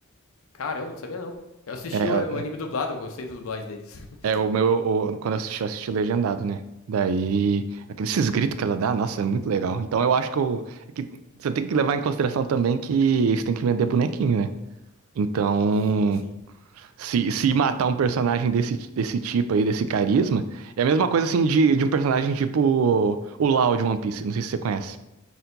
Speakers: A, on the left; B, on the right.
A: Caramba, não sabia não. Eu assisti
B: É,
A: o, o anime dublado, eu gostei da dublagem deles. <laughs>
B: É, o meu. o- quando eu assisti, eu assisti legendado, né? Daí. Aqueles esses gritos que ela dá, nossa, é muito legal. Então eu acho que, eu, é que você tem que levar em consideração também que eles têm que vender bonequinho, né? Então,
A: Sim, sim.
B: se, se matar um personagem desse, desse tipo aí, desse carisma, é a mesma coisa assim de, de um personagem tipo o Law de One Piece, não sei se você conhece.